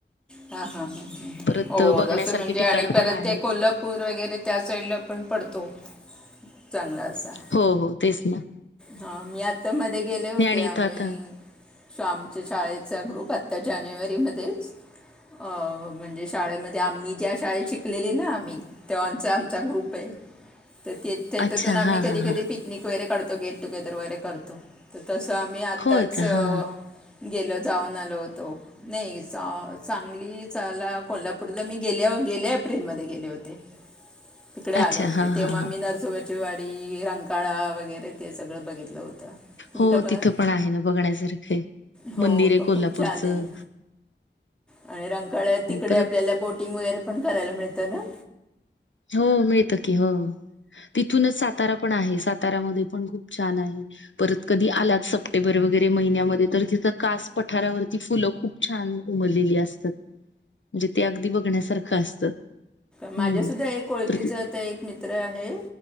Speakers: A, in the centre; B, on the left.
A: हां हां हं हं
B: परत
A: हो
B: बघण्यासारखी
A: तसं म्हणजे
B: ठिकाणं
A: आणि परतं
B: पण आहेत.
A: ते कोलां पूंर वगैरें त्यां साईडलां पणं पडतो चांगला असां
B: हो हो तेचं नां
A: हां मी यांत्रे मध्यें गेले होते
B: आणि इथं
A: आम्हीं
B: आता
A: शस्वं आमच्यां शाळेचां ग्रुप आंत्ता जानेवारीमध्येंचं अं म्हणजे शाळेमध्यें आम्हीं ज्यां शाळेतं शिकलेली नां आम्हीं तेव्हांचा आमचा ग्रुप आहे तरं ते त्यांच्यातून
B: अच्छा
A: आम्हीं
B: हा
A: कधीं
B: हा
A: कधीं
B: हा
A: पिकं निक वगैरें काढतो गेटं टुंगेदरं वगैरें करतो तरं तसं आम्हीं आत्ताचं
B: होय का हा
A: गेलो जाऊंन आलो होतो नाहीं चांगली चलां कोल्हापूंरला मी गेल्यां गेल्यां एप्रिलमध्यें गेले होते
B: <inaudible> <unintelligible>
A: तिकडे आले
B: अच्छा
A: होते
B: हा
A: तेव्हां
B: हा हा
A: मी नरंसोबांची वाडी रांकाळा वगैरें. ते सगळं बघितलं होतं तुमच्या
B: हो
A: पण
B: तिथं पणं आहे नां बघण्यांसारखे
A: हो
B: मंदिर आहे
A: ब-
B: कोल्हापूंरचं
A: खूप छान आहे आणि रांकाळ तिकडे
B: परत
A: आपल्यांला बोटिंग वगैरें पणं करांयला मिळतं नां.
B: हो मिळतं की हो तिथूंन चं सातारा पणं आहे सातारा मध्यें पणं खूंप छांन आहे. परतं कधीं आलांच सप्टेंबर वगैरें महिन्यांमध्यें तरं तिथं कांस पठारांवरती फुलं खूंप छांन उमरलेली असतांत म्हणजे ते अगदीं बघण्यांसारखं असतं.
A: माझ्यांसुद्धां
B: हम्म.
A: एक ओळखीचं
B: तर
A: तरं एक मित्रं आहे